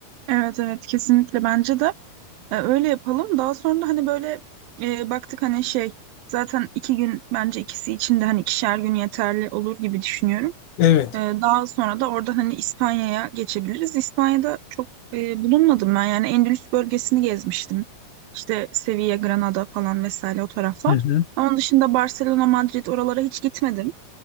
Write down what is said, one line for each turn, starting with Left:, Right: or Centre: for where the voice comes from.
Right: Evet evet kesinlikle bence de e, öyle yapalım. Daha sonra da hani böyle e, baktık hani şey zaten iki gün bence ikisi için de hani ikişer gün yeterli olur gibi düşünüyorum.
Left: Evet.
Right: E, daha sonra da orada hani İspanya'ya geçebiliriz. İspanya'da çok e, bulunmadım ben yani Endülüs bölgesini gezmiştim. İşte Sevilla, Granada falan vesaire o taraflar.
Left: Hı hı.
Right: Onun dışında Barcelona, Madrid oralara hiç gitmedim.